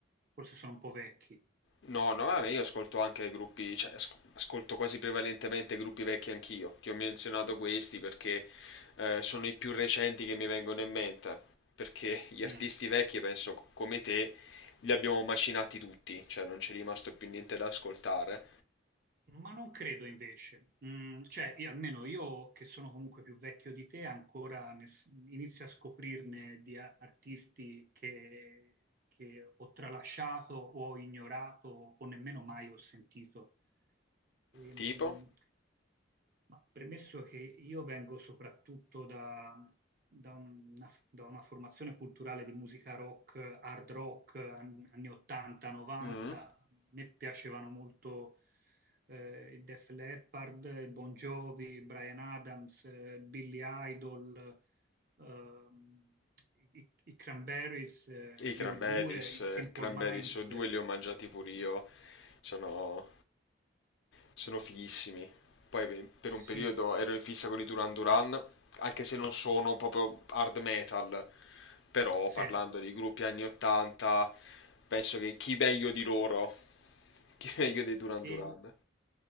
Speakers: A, on the right (about 50°); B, on the left (about 70°).
A: Forse sono un po' vecchi.
B: No, no,
A: Eh,
B: vabbè, io ascolto anche gruppi, cioè as- ascolto quasi prevalentemente gruppi vecchi anch'io. Ti ho menzionato questi perché eh, sono i più recenti che mi vengono in mente. Perché gli
A: mm.
B: artisti vecchi, penso co- come te, li abbiamo macinati tutti, cioè non c'è rimasto più niente da ascoltare.
A: Ma non credo invece, Mm, cioè io- almeno io che sono comunque più vecchio di te ancora ne s- inizio a scoprirne di a- artisti che, che ho tralasciato o ho ignorato o nemmeno mai ho sentito. Ehm,
B: Tipo?
A: ma premesso che io vengo soprattutto da, da una, da una formazione culturale di musica rock, hard rock, an- anni 80, 90,
B: Mm,
A: a me piacevano molto eh, i Def Leppard, Bon Jovi, Brian Adams, eh, Billy Idol, ehm, i, i Cranberries, eh,
B: I
A: gli
B: Cranberries,
A: U2, i
B: eh,
A: Simple
B: Cranberries
A: Minds,
B: o due li ho mangiati pure io. Sono sono fighissimi. Poi beh, per
A: sì,
B: un periodo ero in fissa con i Duran Duran, anche se non sono proprio hard metal, però
A: sì.
B: parlando di gruppi anni 80, penso che chi meglio di loro, <laughs> chi meglio dei Duran
A: E
B: Duran.